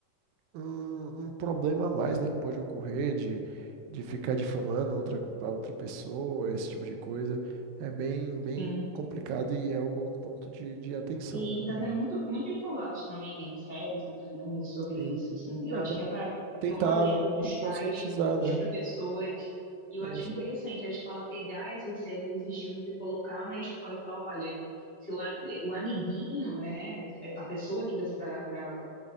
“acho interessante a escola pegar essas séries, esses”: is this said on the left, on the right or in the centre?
Left